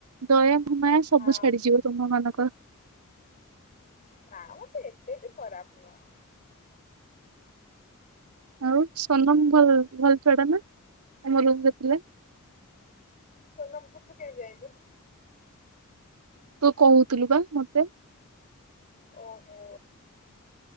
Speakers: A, on the right; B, on the left.
A: ଦୟା ଘୁ ମାୟା ସବୁ
B: ହଁ
A: ଛାଡିଯିବ ତୁମ ମାନଙ୍କ।
B: ନା ମ ସେ ଏତେ ବି ଖରାପ ନୁହ।
A: ଆଉ ସନମ ଭଲ ଭଲ ଛୁଆ ଟା ନା ତମ ରୁମ ରେ ଥିଲେ।
B: ସୋନମ କୁ ତୁ କେମିତି ଜାଣିଲୁ?
A: ତୁ କହୁଥିଲୁ ବା ମତେ।
B: ଓହୋ।